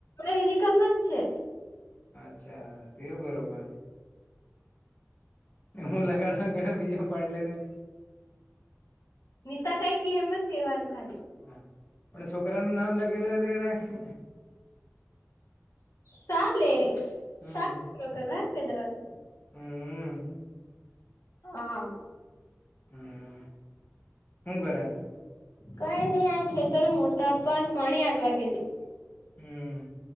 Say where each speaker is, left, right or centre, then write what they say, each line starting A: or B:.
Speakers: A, on the left; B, on the left.
A: એની કમ જ છે.
B: અચ્છા, તેર બરોબર. હું લગાડ. ઘ બીજુંમાં પાડલે ત.
A: નીતા કઈ ગી એમ જ કેવાનું ખાલી.
B: હા, પણ છોકરાનું નામ લાગેલું હોય છે કે?
A: સાલેે
B: હમ
A: સા પૂરો કરવા ક દવા.?
B: હમ.
A: હા.
B: હ, હું કરો.
A: કઈ નહીં, આખે ત્યારે મોટા પાન પાણી આલવા ગેલી.
B: હમ,